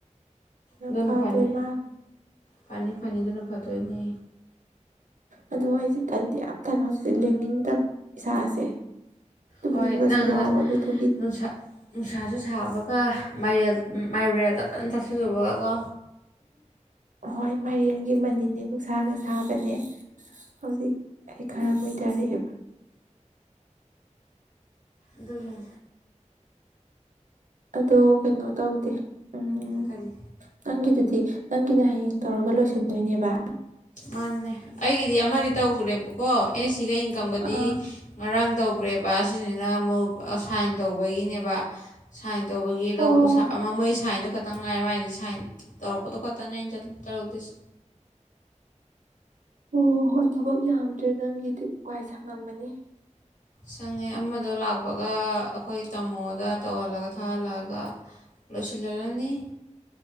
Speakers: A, on the left (about 75°); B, on the right (about 80°).
A: ꯑꯗꯨꯅ
B: ꯐꯗꯣꯏ
A: ꯐꯅꯤ
B: ꯃꯥꯜꯂꯦ
A: ꯐꯅꯤ ꯐꯅꯤ ꯑꯗꯨꯅ ꯐꯗꯣꯏꯅꯦ
B: ꯑꯗꯣ ꯑꯩꯁꯦ ꯇꯟꯗꯤ ꯌꯥꯝ ꯇꯟꯕ ꯍꯧꯖꯤꯛꯁꯦ ꯂꯦꯡꯅꯤꯡꯗꯕ ꯏꯁꯥꯁꯦ ꯇꯨꯝꯅꯤꯡꯕꯁꯨ
A: ꯍꯣꯏ ꯅꯪꯗ
B: ꯌꯥꯎꯕ ꯑꯗꯨꯗꯨꯒꯤ
A: ꯅꯨꯡꯁꯥ ꯅꯨꯡꯁꯥꯁꯨ ꯁꯥꯕꯒ ꯃꯥꯏꯔꯦꯜ ꯃꯥꯢꯔꯦꯜ ꯇꯞ ꯇꯥꯏ ꯆꯥꯁꯤꯜꯂꯨꯕꯒ
B: ꯍꯣꯏ ꯃꯥꯏꯔꯦꯟꯒꯤ ꯃꯅꯤꯟꯅꯦ ꯅꯨꯡꯁꯥꯒ ꯁꯥꯕꯅꯦ ꯍꯧꯖꯤꯛ ꯑꯩ ꯈꯔ ꯃꯨꯏꯗꯔꯛ ꯑꯦꯕ
A: ꯑꯗꯨꯅꯦ
B: ꯑꯗꯣ ꯀꯩꯅꯣ ꯇꯧꯗꯦ ꯎꯝ
A: ꯀꯔꯤ
B: ꯅꯪꯒꯤ ꯑꯗꯨꯗꯤ ꯅꯪꯒꯤꯅ ꯍꯌꯦꯡ ꯇꯧꯔꯒ ꯂꯣꯏꯁꯤꯟꯗꯣꯏꯅꯦꯕ
A: ꯃꯥꯅꯦ ꯑꯩꯒꯤꯗꯤ ꯑꯃꯗꯤ ꯇꯧꯈ꯭ꯔꯦꯕꯀꯣ ꯑꯦꯁ ꯁꯤꯒ ꯏꯟꯀꯝꯒꯗꯤ
B: ꯑꯥ
A: ꯉꯔꯥꯡ ꯇꯧꯈ꯭ꯔꯦ ꯑꯁꯤꯁꯤꯅ ꯑꯃꯨꯛ ꯁꯥꯏꯟ ꯇꯧꯕꯒꯤꯅꯦꯕ ꯁꯥꯏꯟ ꯇꯧꯕꯒꯤ ꯂꯧꯕ
B: ꯑꯣ
A: ꯑꯃ ꯃꯣꯏꯒꯤ ꯁꯥꯏꯟꯗꯣ ꯈꯇꯪ ꯉꯥꯏ ꯃꯥꯏꯗꯤ ꯁꯥꯏꯟ ꯇꯧꯛꯄꯣ ꯈꯠꯇꯅꯦ ꯆꯠ <unintelligible> ꯇꯧꯗꯁꯤ
B: ꯎꯝ ꯑꯣ ꯍꯣꯏ ꯊꯕꯛ ꯌꯥꯝꯗ꯭ꯔꯦꯗ ꯅꯪꯒꯤꯗꯤ ꯋꯥꯏ ꯁꯪꯉꯝꯃꯅꯤ꯫
A: ꯁꯪꯉꯦ ꯑꯃꯗꯣ ꯂꯥꯛꯄꯒ ꯑꯩꯈꯣꯏ ꯇꯥꯃꯣꯗ ꯇꯧꯍꯜꯂꯒ ꯊꯥꯍꯜꯂꯛꯑꯒ ꯂꯣꯏꯁꯤꯟꯂꯨꯔꯅꯤ